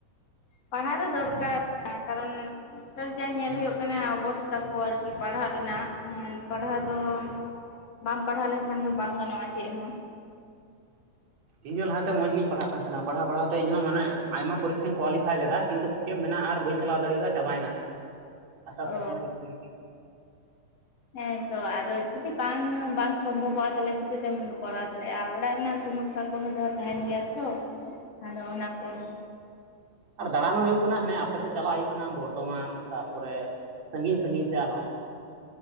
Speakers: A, on the left (about 50°); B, on the right (about 55°).
A: ᱯᱟᱲᱦᱟᱣ ᱫᱚ ᱫᱚᱨᱠᱟᱨ ᱠᱟᱨᱚᱱ ᱼᱼ ᱥᱚᱵᱽ ᱡᱟ ᱧᱮᱞ
B: ᱦᱮᱸ
A: ᱦᱩᱭᱩᱜ ᱠᱟᱱᱟ ᱚᱵᱚᱥᱛᱟ ᱠᱚ ᱟᱨᱠᱤ ᱯᱟᱲᱦᱟᱜ ᱨᱮᱱᱟᱜ ᱯᱟᱲᱦᱟᱣ ᱫᱚ ᱵᱟᱢ ᱯᱟᱲᱦᱟᱣ ᱞᱮᱱᱠᱷᱟᱱ ᱫᱚ ᱵᱟᱝ ᱜᱟᱱᱚᱜ-ᱟ ᱪᱮᱫ ᱦᱚᱸ ᱾
B: ᱤᱧᱦᱚᱸ ᱞᱟᱦᱟᱛᱮ ᱢᱚᱸᱡᱽ ᱜᱤᱧ ᱯᱟᱲᱦᱟᱜ ᱠᱟᱱ ᱛᱟᱦᱮᱱᱟ ᱯᱟᱲᱦᱟᱣ ᱯᱟᱲᱦᱟᱣ ᱛᱮ ᱤᱧᱦᱚᱸ ᱢᱟᱱᱮ ᱟᱭᱢᱟ ᱯᱚᱨᱤᱠᱷᱟᱧ ᱠᱳᱣᱟᱞᱤᱯᱷᱟᱭ ᱞᱮᱫᱟ ᱾ ᱠᱤᱱᱛᱩ ᱪᱮᱫ ᱮᱢ ᱢᱮᱱᱟ ᱟᱨ ᱵᱟᱹᱧ ᱪᱟᱞᱟᱣ ᱫᱟᱲᱮ ᱭᱟᱫᱟ ᱪᱟᱵᱟ ᱭᱮᱱᱟ ᱟᱥᱟ
A: ᱚ
B: ᱥᱚᱯᱱᱚ <unintelligible>
A: ᱦᱮᱸᱛᱚ ᱟᱫᱚ ᱡᱩᱫᱤ ᱵᱟᱝ ᱵᱟᱝ ᱥᱚᱢᱵᱷᱚᱵᱚᱜ-ᱟ ᱛᱟᱦᱚᱞᱮ ᱪᱤᱠᱟᱹᱛᱮᱢ ᱼᱼ ᱠᱚᱨᱟᱣ ᱫᱟᱲᱮᱭᱟᱜ-ᱟ ᱚᱲᱟᱜ ᱨᱮᱱᱟᱜ ᱥᱚᱢᱚᱥᱥᱟ ᱠᱚᱦᱚᱸ ᱫᱚ ᱛᱟᱦᱮᱱ ᱜᱮᱭᱟ ᱛᱚ ᱟᱫᱚ ᱚᱱᱟ ᱠᱚ ᱼᱼ
B: ᱟᱨ ᱫᱟᱬᱟᱱ ᱦᱚᱸ ᱦᱩᱭᱩᱜ ᱠᱟᱱᱟ ᱦᱟᱱᱮ ᱟᱯᱮ ᱥᱮᱫ ᱪᱟᱞᱟᱜ ᱦᱩᱭᱩᱜ ᱠᱟᱱᱟ ᱵᱚᱨᱫᱷᱚᱢᱟᱱ ᱛᱟᱨᱯᱚᱨᱮ ᱥᱟᱺᱜᱤᱧ ᱥᱟᱺᱜᱤᱧ ᱥᱮᱫ ᱟᱨᱦᱚᱸ ᱾